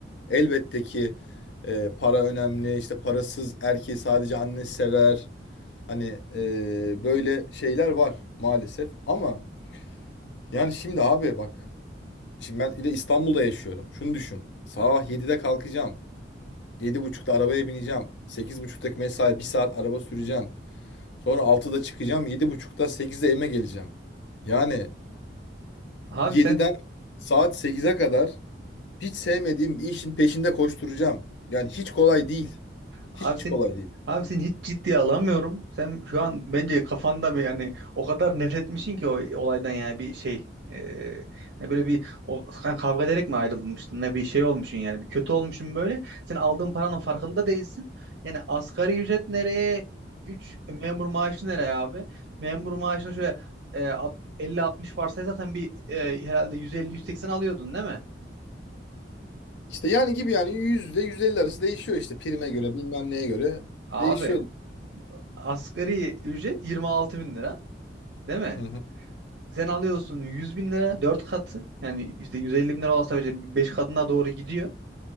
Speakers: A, on the left; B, on the right.
A: elbette ki eee, para önemli. İşte parasız erkeği sadece anne sever. Hani eee, böyle şeyler var maalesef. Ama yani şimdi abi bak. Şimdi ben bir de İstanbul'da yaşıyorum. Şunu düşün. Sabah 7'de kalkacağım. yedi buçukta arabaya bineceğim. 8.30'daki mesai bir saat araba süreceğim. Sonra 6'da çıkacağım. 7.30'da 8'de evime geleceğim. Yani
B: Abi
A: Yediden
B: sen
A: saat sekize kadar hiç sevmediğim bir işin peşinde koşturacağım. Yani hiç kolay değil.
B: Abi
A: Hiç
B: sen
A: kolay değil.
B: abi seni hiç ciddiye alamıyorum. Sen şu an bence kafanda bir yani o kadar nefret etmişsin ki o olaydan yani bir şey. Ee, hani böyle bir o sen kavga ederek mi ayrılmıştın ne bir şey olmuşsun yani bir kötü olmuşsun böyle. Sen aldığın paranın farkında değilsin. Yani asgari ücret nereye 3 memur maaşı nereye abi? Memur maaşını şöyle e, alt- 50-60 varsaysak sen bir e, herhalde yüz elli yüz seksen alıyordun değil mi?
A: İşte yani gibi yani yüzde yüz elli arası değişiyor işte prime göre bilmem neye göre
B: Abi
A: değişiyor.
B: asgari ücret yirmi altı bin lira değil mi?
A: Hı hı.
B: sen alıyorsun 100 bin lira 4 katı yani işte 150 bin lira olsa bile 5 katına doğru gidiyor.